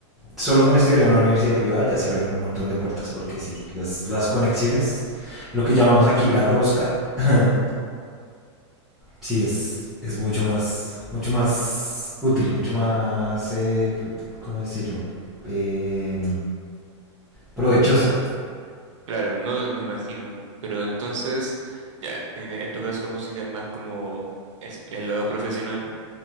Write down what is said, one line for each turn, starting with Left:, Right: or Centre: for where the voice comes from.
Centre: solo con estudiar en una universidad privada ya se abren un montón de puertas, porque sí, las, las conexiones, lo que llamamos aquí la rosca, <laughs> sí es, es mucho más, mucho más útil, mucho más, eh, ¿cómo decirlo? Eh, provechosa.
Right: claro, no me imagino. Pero entonces, ya, en, en tu caso la música es más como el, el lado profesional.